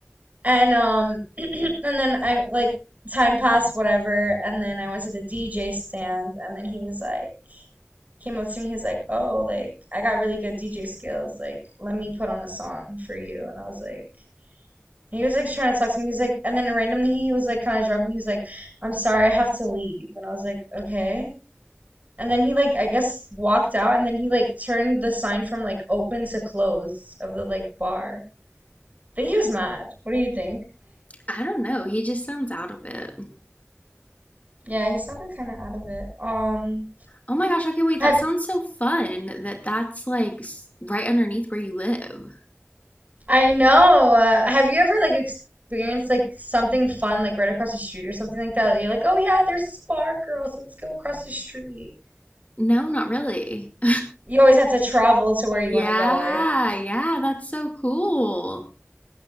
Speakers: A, on the right; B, on the left.
A: And um <clears throat> and then I like time passed, whatever, and then I went to the DJ stand and then he was like came up to me, he was like, Oh, like I got really good DJ skills, like let me put on a song for you and I was like and he was like trying to talk to me. He's like and then randomly he was like kinda drunk and he was like, I'm sorry, I have to leave and I was like, Okay. And then he like I guess walked out and then he like turned the sign from like open to close of the like bar. I think he was mad. What do you think?
B: <laughs> I don't know. He just sounds out of it.
A: Yeah, he sounded kind of out of it. Um,
B: Oh my gosh. Okay, wait.
A: have
B: That sounds so fun that that's like right underneath where you live.
A: I know. Uh, have you ever like experienced like something fun like right across the street or something like that? You're like, oh yeah, there's this bar, girls. Let's go across the street.
B: No, not really. <laughs>
A: You always have to travel to where you
B: Yeah,
A: want to go, right?
B: yeah. That's so cool.